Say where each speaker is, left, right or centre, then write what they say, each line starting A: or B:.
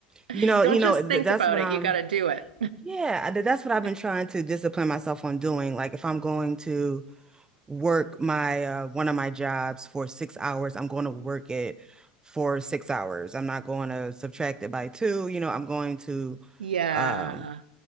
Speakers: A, on the right (about 80°); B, on the right (about 15°).
A: <laughs>
B: you know,
A: Don't
B: you know,
A: just think
B: th that's
A: about
B: what
A: it.
B: I'm,
A: You got to do it.
B: yeah, I- that's what I've been
A: <laughs>
B: trying to discipline myself on doing. Like if I'm going to work my uh, one of my jobs for six hours, I'm going to work it for six hours. I'm not going to subtract it by two, you know, I'm going to
A: Yeah.
B: um